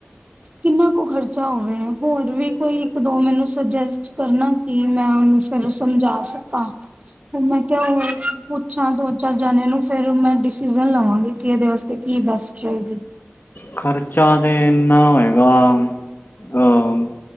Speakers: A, on the right; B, on the left.
A: ਕਿੰਨਾ ਕੁ ਖਰਚਾ ਅਾ ਹੋਵੇ ਹੋਰ ਵੀ ਕੋਈ ਇੱਕ ਦੋ ਮੈਨੂੰ ਸੁਜੈਸਟ ਕਰਨਾ ਕਿ ਮੈਂ ਉਹਨੂੰ ਫਿਰ ਸਮਝਾ ਸਕਾਂ ਫ ਮੈਂ ਕਿਹਾ ਹੋ ਪੁੱਛਾਂ ਦੋ ਚਾਰ ਜਣੇਿਆਂ ਨੂੰ ਫੇਿਰ ਮੈਂ ਡਿਸੀਜ਼ਨ ਲਵਾਂਗੀ ਕਿ ਇਹਦੇ ਵਾਸਤੇ ਕੀ ਬੈਸਟ ਰਹੇਗੀ
B: ਖਰਚਾ ਤੇ ਇਨਾ ਹੋਏਗਾ ਅ